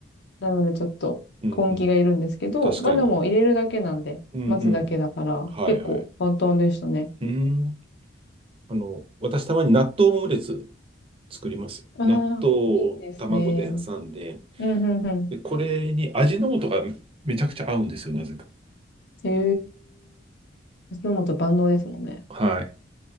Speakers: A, on the left; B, on the right.
A: なのでちょっと根気がいるんですけど、
B: うんうん。確かに。
A: まあでも入れるだけなんで、
B: うんうん。
A: 待つだけだから、
B: はいはい。
A: 結構簡単でしたね。
B: うーん。あの、私たまに納豆オムレツ作りますよ。
A: ああ、
B: 納豆を卵で挟んで、
A: いいですね。うん、うん、うん。
B: で、これに味の素がめちゃくちゃ合うんですよ、なぜか。
A: へえ。飲むと万能ですもんね。
B: はい。